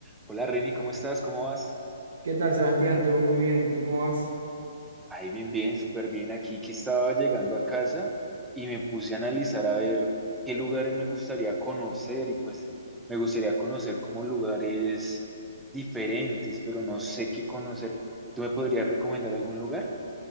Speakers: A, in the centre; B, on the right.
A: Hola Reni, ¿cómo estás? ¿Cómo vas?
B: ¿Qué tal, Sebastián? ¿Todo muy bien? ¿Tú cómo vas?
A: Ay, bien, bien, súper bien. Aquí que estaba llegando a casa y me puse a analizar a ver qué lugares me gustaría conocer y pues me gustaría conocer como lugares diferentes, pero no sé qué conocer. ¿Tú me podrías recomendar algún lugar?